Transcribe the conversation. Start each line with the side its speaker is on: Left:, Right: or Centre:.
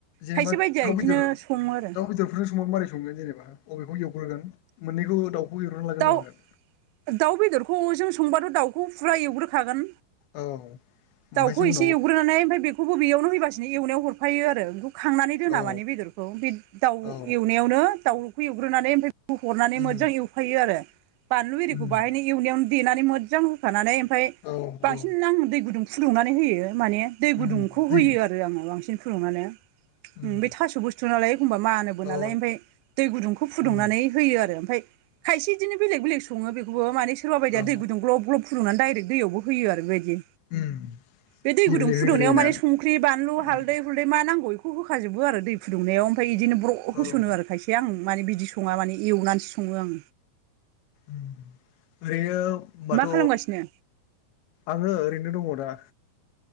Left: जेनोबा
Right: खायसे बायदिया
Left: दाउ
Right: बिदिनो
Left: बेदर
Right: सङो आरो
Left: दाउ बेदरफोर सङोबा मारै संगोन जेनेबा अबेखौ एवग्रोगोन मोननैखौ दाउखौ एवग्रोना लागोन
Right: दाउ
Left: नामा?
Right: दाउ बेदरखौ जों संबाथ' दाउखौ फुरा एवग्रोखागोन।
Left: औ ओमफ्रायसो
Right: दाउखौ
Left: उनाव
Right: एसे एवग्रोनानै ओमफ्राय बेखौबो बेयावनो हैबासिनो एवनायाव हरफायो आरो। खांनानै दोना
Left: औ
Right: मानि बेदरखौ बे दाउ
Left: औ
Right: एवनायावनो दाउखौ एवग्रोनानै ओमफाय होहरनानै
Left: उम
Right: मोजां एवफायो आरो, बानलु एरिखौ
Left: उम
Right: बाहायनो एवनायावनो देनानै मोथजां होखानानै ओम फ्राय
Left: औ
Right: बांसिन
Left: औ
Right: आं दै गुदुं फुदुंनानै होयो माने दै
Left: उम
Right: गुदुंखौ
Left: दै
Right: होयो आरो आङो बांसिन फुदुंनानै
Left: उम
Right: ओम बे थास' बुस्थु नालाय एखमबा मानोबो नालाय
Left: औ
Right: ओमफाय दै गुदुंखौ फुदुंनानै
Left: उम
Right: होयो आरो ओमफाय खायसे बिदिनो बेलेग बेलेग सङो बेखौबो माने सोरबा बायदिया
Left: औ
Right: दै गुुं ग्लब ग्लब फुुंदुंनानै डाइरेक दैआवबो होयो आरो बेबाय दि
Left: उम
Right: <inaudible> बे दै
Left: गेब्लेहोग्रोयोना
Right: गुदुं फुदुंनायाव माने संख्रि बानलु हालदै
Left: उम
Right: हुलदै मा नांगौ इखौ होखाजोबो आरो दै फुदुंनायाव ओमफाय बिदिनो ब्र' होसनो
Left: औ उम
Right: आरो खायसे आं माने बिदि सङा माने एवनानैसो सङो आं
Left: उम ओरैनो होमबाथ'
Right: मा खालामगासिनो
Left: आङो ओरैनो दङ दा।